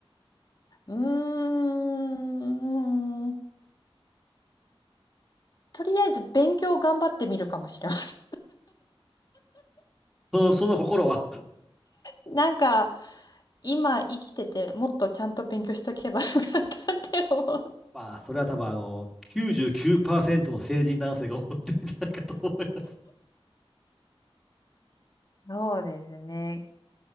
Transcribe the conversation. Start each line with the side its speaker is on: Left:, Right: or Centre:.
Left: ん。うーんとりあえず勉強頑張ってみるかもしれませ
Centre: その、その心は、
Left: ん。<laughs> なんか、今生きてて、もっとちゃんと勉強しとけばよかったって思う。
Centre: まあ、それは多分、あの、99%の成人男性が思ってるんじゃないかと思います。
Left: そうですね。